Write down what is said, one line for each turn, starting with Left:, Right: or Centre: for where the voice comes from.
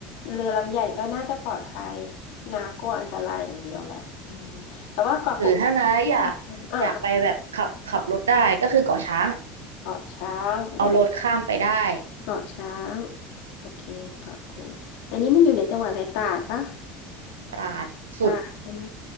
Left: เรือลำใหญ่ก็น่าจะปลอดภัยนากลัวอันตรายอย่างเดียวแหละอืมแต่ว่าเกาะกูดก็
Right: หรือถ้าน้าอยากอยากไปแบบขับขับรถได้ก็คือเกาะช้าง
Left: <laughs> อ่า เกาะช้างเดี๋ยวนะ
Right: เอารถข้ามไปได้
Left: เกาะช้างโอเคเกาะกูดอันนี้มันอยู่ในจังหวัดอะไรตราดปะ
Right: ตราดสุด
Left: ตราดใช่ไหม